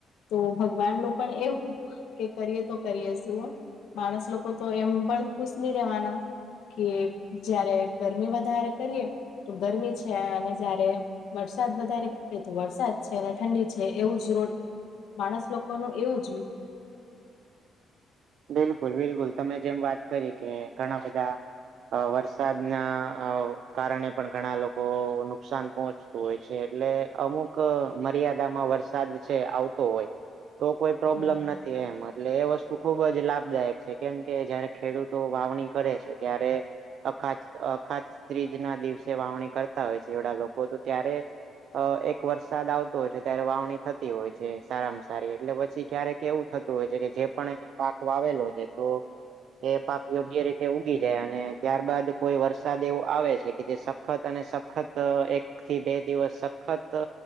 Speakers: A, on the left; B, on the right.
A: તો ભગવાનનું પણ એવું કે કરીએ તો કરીએ જુઓ માણસ લોકો તો એમ પણ ખુશ ની રેવાના કે જયારે ગરમી વધારે કરીએ તો ગરમી છે, અને જયારે વરસાદ વધારે એ તો વરસાદ છે, અને ઠંડી છે, એવું જ રો માણસ લોકોનું એવું જ
B: બિલકુલ બિલકુલ તમે જેમ વાત કરી કે ઘણા બધા અ વરસાદના અ કારણે પણ ઘણા લોકો નુકસાન પહોં તો હોય છે, એટલે અમુક મર્યાદામાં વરસાદ છે, આવતો હોય તો કોઈ પ્રોબ્લેમ
A: જ
B: નથી એમ એટલે એ વસ્તુ ખૂબ જ લાભદાયક છે કેમ કે જયારે ખેડૂતો વાવણી કરે છે ત્યારે અખાત અખાત ત્રીજ ના દિવસે વાવણી કરતા હોય છે, એવડા લોકો તો ત્યારે અ એક વરસાદ આવતો હોય છે, ત્યારે વાવણી થતી હોય છે, સારામાં સારી એટલે પછી ક્યારે કે એવું થ તુ હોય છે, કે જે પણ એને પાક વાવેલો છે, તો એ પાક યોગ્ય રીતે ઉગી જાય અને ત્યારબાદ કોઈ વરસાદ એવું આવે છે કે જે સખત અને સખત એક થી બે દિવસ સખત